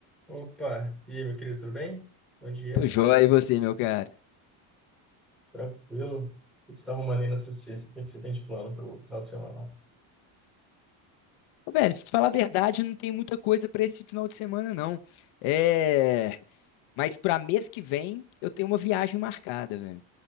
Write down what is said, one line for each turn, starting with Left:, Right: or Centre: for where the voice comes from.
Centre: Opa, e aí, meu querido, tudo bem? Bom dia,
Left: Tô joia, e você, meu cara?
Centre: tranquilo. O que você está arrumando aí nessa sexta? O que que você tem de plano para o final de semana?
Left: Ô, velho, pra te falar a verdade, não tem muita coisa pra esse final de semana, não. É... Mas pra mês que vem, eu tenho uma viagem marcada, velho.